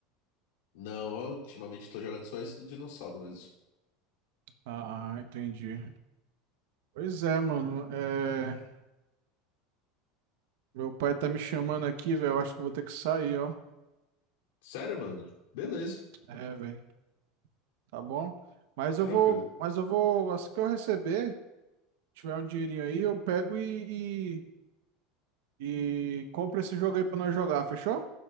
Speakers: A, on the left; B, on the right.
A: Não, ó, ultimamente tô jogando só esse do dinossauro mesmo.
B: Ah, entendi. Pois é, mano. É... Meu pai tá me chamando aqui, velho. Eu acho que eu vou ter que sair, ó.
A: Sério, mano? Beleza,
B: É, velho. Tá bom? Mas eu
A: tranquilo.
B: vou, mas eu vou, assim que eu receber, tiver um dinheirinho aí, eu pego e, e, e compro esse jogo aí pra nós jogar, fechou?